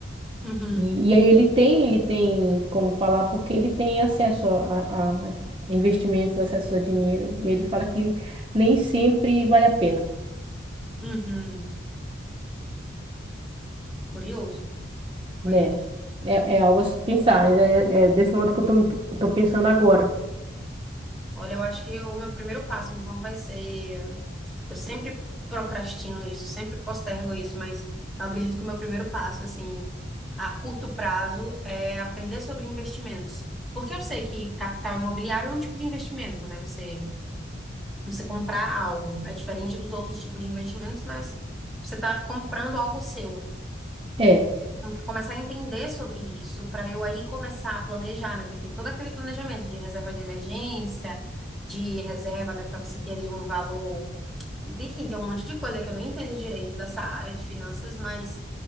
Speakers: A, in the centre; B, on the right.
A: Uhum,
B: E, e aí ele tem, ele tem como falar porque ele tem acesso a, a- a investimentos, acesso a dinheiro. E ele fala que nem sempre vale a pena,
A: uhum. Curioso, curioso.
B: né? É, é algo a se pensar. Ainda É, é desse modo que eu tô, me- tô pensando agora.
A: Olha, eu acho que o meu primeiro passo, então, vai ser. Eu sempre procrastino isso, sempre postergo isso, mas eu acredito que o meu primeiro passo, assim, a curto prazo, é aprender sobre investimentos. Porque eu sei que capital imobiliário é um tipo de investimento, né? Você, você comprar algo. É diferente dos outros tipos de investimentos, mas você está comprando algo seu
B: É,
A: tenho que começar a entender sobre isso, para eu aí começar a planejar, né? Porque tem todo aquele planejamento de reserva de emergência, de reserva, né, para você ter ali um valor. Enfim, tem um monte de coisa que eu nem entendo direito dessa área de finanças, mas